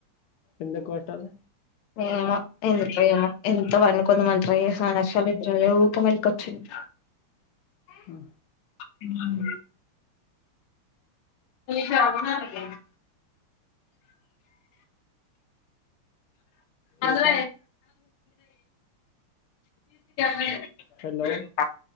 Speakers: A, on the left; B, on the left.
A: ఎందుకు వట్టలే
B: ఏమో ఎందుకొ ఏమో ఎంత పండుకుందమనీ ట్రై చేసిన అని అస్సల్ నిద్రలే ఊకే మెళుకచ్చింది
A: ఉహు
B: ఉ ఇంట్లకు రమ్మనకపోయినవ్ <inaudible>
A: ఇంకా
B: వేన్
A: హలో
B: ప